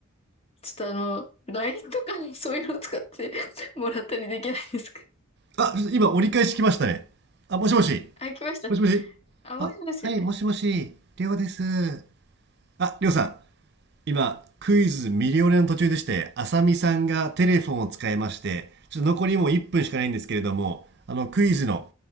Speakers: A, on the left (about 25°); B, on the right (about 50°).
A: ちょっとあの、LINE とかのそういうの使ってもらったりできないですか
B: あ、今折り返し来ましたね。あ、もしもし。
A: <laughs> あ、来ました。
B: もしもし。
A: あ、もしもし。
B: あ、はい、もしもし。りょうです。あ、りょうさん、今クイズミリオネの途中でして浅見さんがテレフォンを使いましてちょっと残りもう1分しかないんですけれどもあのクイズの